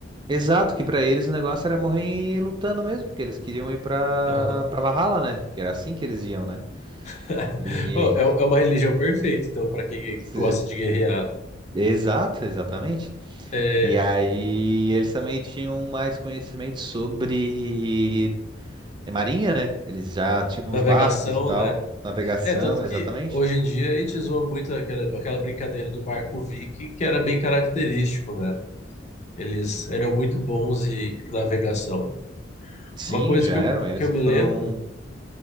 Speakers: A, on the right (about 25°); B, on the left (about 40°).
A: Exato, que pra eles o negócio era morrer lutando mesmo, porque eles queriam ir pra
B: Aham.
A: para Valhalla, né? Porque era assim que eles iam, né?
B: <laughs>
A: E
B: Ô, É, é uma religião perfeita, então, para quem
A: se-
B: gosta de guerrear.
A: exato, exatamente.
B: É,
A: E aí eles também tinham mais conhecimento sobre É marinha, né? Eles já tinham
B: navegação,
A: os barcos e tal.
B: né?
A: Navegação,
B: É, tanto que
A: exatamente.
B: hoje em dia a gente zoa muito aquela, aquela brincadeira do barco viking, que era bem característico, né? Eles eram muito bons em, em navegação.
A: Sim,
B: Uma coisa
A: já
B: que eu,
A: eram. Eles
B: que eu
A: que
B: me
A: foram.
B: lembro,